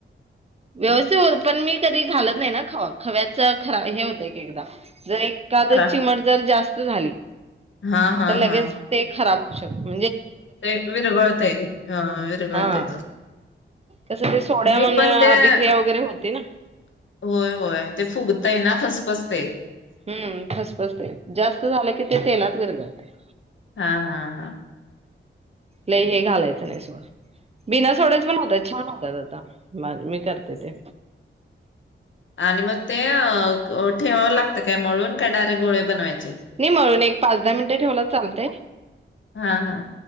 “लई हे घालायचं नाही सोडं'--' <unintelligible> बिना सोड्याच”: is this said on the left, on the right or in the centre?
Right